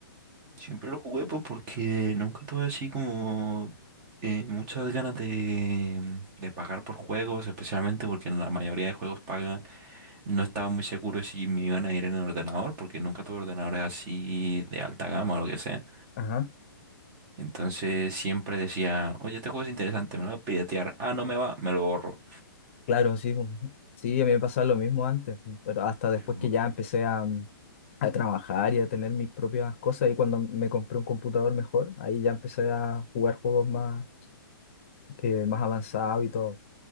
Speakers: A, on the right; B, on the left.
A: siempre lo jugué pues porque nunca tuve así como eh, muchas ganas de, de pagar por juegos, especialmente porque la mayoría de juegos pagan. No estaba muy seguro si me iban a ir en el ordenador, porque nunca tuve ordenadores así de alta gama o lo que sea.
B: Ajá,
A: Entonces siempre decía, oye, este juego es interesante, me lo voy a piratear. Ah, no me va, me lo borro.
B: claro, sí. pues, Sí, a mí me pasaba lo mismo antes, pero hasta después
A: Pero,
B: que ya empecé a, mm, a trabajar y a tener mis propias cosas. Y cuando me compré un computador mejor, ahí ya empecé a jugar juegos más, que más avanzados y todo.